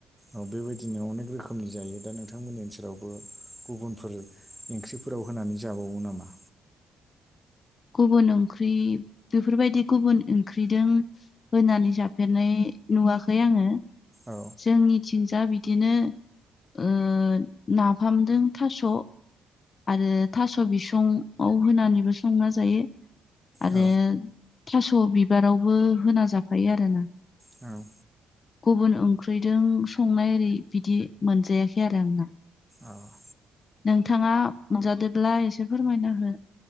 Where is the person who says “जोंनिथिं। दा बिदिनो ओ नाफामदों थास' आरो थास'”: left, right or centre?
Left